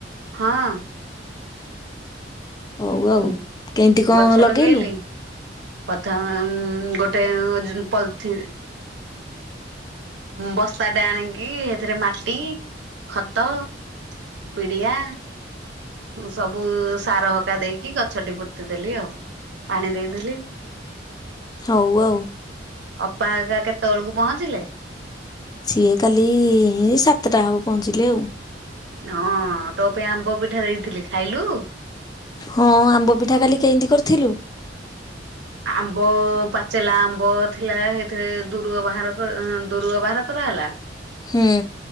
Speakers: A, on the right (about 70°); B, on the left (about 20°).
A: ହଁ।
B: ହଉ ଆଉ।
A: ହୁଁ
B: କେମିତି କଣ
A: ଗଛ
B: ଲଗେଇଲୁ?
A: ଲଗେଇଲି ପଥମେ ମୁଁ ଉଁ ଗୋଟେ ପଲଥିନ ବସ୍ତାଟେ ଆଣିକି ହେଥେରେ ମାଟି ଖତ ପିଡ଼ିଆା ସବୁ ସାର ହକା ଦେଇକି ଗଛଟି ପୋତିଦେଲି ଆଉ ପାଣି ଦେଇଦେଲି।
B: ହଉ ଆଉ।
A: ଅପା ହେକା କେତେବେଳକୁ ପହଁଞ୍ଚିଲେ?
B: ସିଏ କାଲି ଏ ସାତଟା ହବ ପହଞ୍ଚିଲେ ଆଉ।
A: ହଁ ତୋ ପାଇଁ ଆମ୍ବ ପିଠା ଦେଇଥିଲି ଖାଇଲୁ?
B: ହଁ ଆମ୍ବ ପିଠା କାଲି କେନ୍ତି କରିଥିଲୁ?
A: ଆମ୍ବ ପାଚେଲା ଆମ୍ବ ଥିଲା ହେଥିରେ ଦୁରୁଅ ବାହାର କ ଦୁରୁଅ ବାହାର କରା ହେଲା।
B: ହୁଁ।